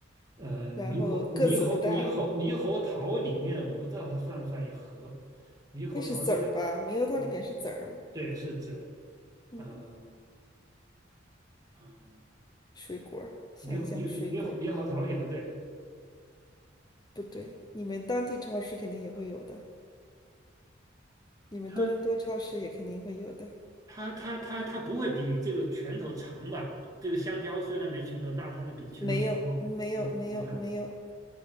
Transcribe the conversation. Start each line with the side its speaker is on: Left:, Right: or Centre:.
Right: 呃，猕猴猕猴猕猴猕猴桃里面我不知道它算不算一核，
Left: 然后个子不大，
Right: 猕猴桃应该，
Left: 那是籽儿吧？猕猴桃里边是籽儿，
Right: 呃对，是指，
Left: 嗯，
Right: 呃，嗯，
Left: 水果儿，想一想，
Right: 猕猴猕猕猕猴猕猴桃也不对，
Left: 水果儿不对，你们当地超市肯定也会有的，你们多伦多超市也肯定会有的。
Right: 它它它它它不会比这个拳头长吧？这个香蕉虽然没拳头大，但是比拳头长吗？
Left: 没有，没有，
Right: 不不是啊，
Left: 没有，没有，